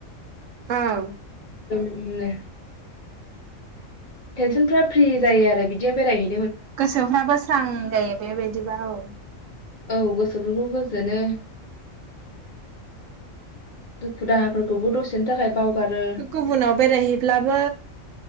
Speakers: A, on the right; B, on the left.
A: ओं
B: नो टेनसन फ्रा फ्रि जायो आरो बिदिया बेरायहै
A: गोसोफ्राबो स्रां जायो दे बेदिबा औ
B: औ गोसोफोरखौ गोजोनो दुखु दाहाफोरखौबो दसेनो थाखाय बावगारो
A: गुबुनाव बेरायहैब्लाबो